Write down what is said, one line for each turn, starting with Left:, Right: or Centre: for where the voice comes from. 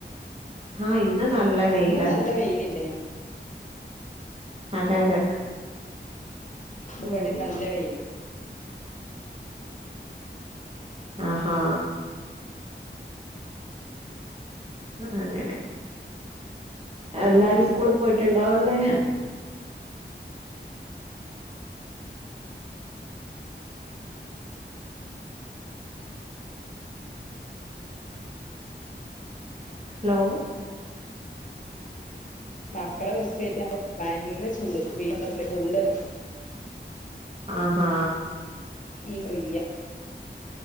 Right: ആ ഇന്ന നല്ല വെയില
Left: അന്ന് നല്ല വെയിലില്ലേ
Right: അതെ അതെ
Left: ഇവടിം
Right: ഉം
Left: നല്ല വെയില്
Right: ആഹാ ആ അങ്ങനെ എല്ലാരും സ്കൂളി പോയിട്ടുണ്ടാവല്ലേ ഹലോ
Left: മക്കളെ ബസ് കെട്ടിയാണ്ട് ഭയങ്കര ചൂട് വെയിൽ കൊണ്ടപ്പളിങ്ങനെ പൊള്ളാന്നെ
Right: ആഹാ
Left: ഇനി ഫ്രീയാ